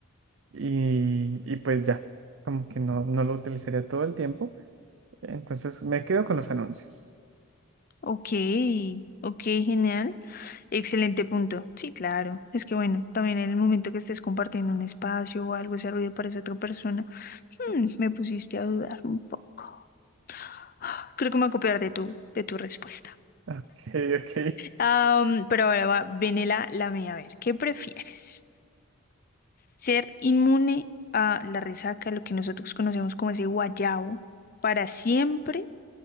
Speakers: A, on the right; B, on the left.
A: y, y pues ya, como que no, no lo utilizaría todo el tiempo, entonces me quedo con los anuncios.
B: Ok, ok, genial. Excelente punto. Sí, claro. Es que bueno, también en el momento que estés compartiendo un espacio o algo, ese ruido parece otra persona. Mm, me pusiste a dudar un poco. <sighs> Creo que me voy a copiar de tu, de tu respuesta.
A: Ok, ok,
B: Am, pero ahora va, viene la, la mía. A ver, ¿qué prefieres? ¿Ser inmune a la resaca, lo que nosotros conocemos como ese guayabo, para siempre?